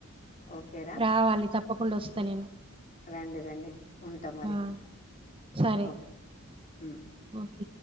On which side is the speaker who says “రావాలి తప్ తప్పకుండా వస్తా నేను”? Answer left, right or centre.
Right